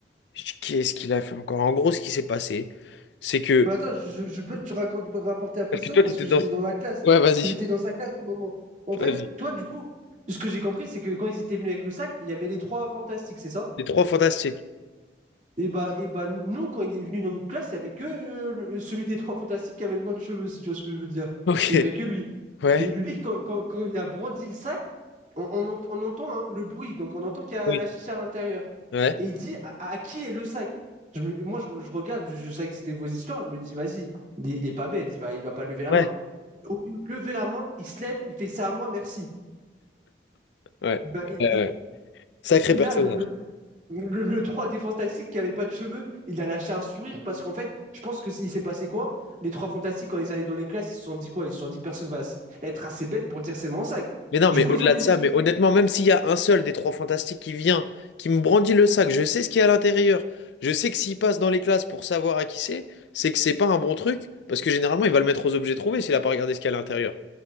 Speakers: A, on the left; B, on the right.
A: Je dis, qu'est-ce qu'il a fait encore? En gros, ce qui s'est passé, c'est que...
B: Bah attends, je, je- je peux te raconter, rapporter la précision
A: Parce que toi,
B: parce
A: t'étais
B: que
A: dans...
B: j'étais dans la classe.
A: Ouais, vas-y.
B: J'étais dans sa classe au moment. En
A: Vas-y.
B: fait, toi, du coup, ce que j'ai compris, c'est que quand ils étaient venus avec le sac, il y avait les trois fantastiques, c'est ça?
A: Les trois fantastiques.
B: Et bah, et bah, nous, quand il est venu dans notre classe, il y avait que euh, le- celui des trois fantastiques qui avait le moins de cheveux, si tu vois ce que je veux dire.
A: Ok.
B: Il y avait que lui.
A: Ouais.
B: Et lui, quand, quand, quand il a brandi le sac, On, on ent- on entend hein, le bruit, donc on entend qu'il y a
A: Oui.
B: la chicha à l'intérieur.
A: Ouais.
B: Et il dit à, à qui est le sac? Je me- moi, je, je regarde, je, je savais que c'était vos histoires, je me dis, vas-y, il, est il est pas bête, il va, il va pas lever la
A: Ouais.
B: main. Au lieu de lever la main, il se lève, il fait ça à moi, merci.
A: Ouais.
B: Il va- il-
A: Euh,
B: il-
A: sacré personnage.
B: a le, le, le, le 3 des Fantastiques qui avait pas de cheveux, il a lâché un sourire parce qu'en fait, je pense que il s'est passé quoi? Les trois Fantastiques, quand ils allaient dans les classes, ils se sont dit quoi? Ils se sont dit, personne va s- être assez bête pour dire c'est mon sac.
A: Mais non,
B: Du
A: mais
B: coup,
A: au-delà
B: ils ont désespéré.
A: de ça, mais honnêtement, même s'il y a un seul des trois fantastiques qui vient, qui me brandit le sac, je sais ce qu'il y a à l'intérieur. Je sais que s'il passe dans les classes pour savoir à qui c'est, c'est que c'est pas un bon truc, parce que généralement, il va le mettre aux objets trouvés s'il a pas regardé ce qu'il y a à l'intérieur.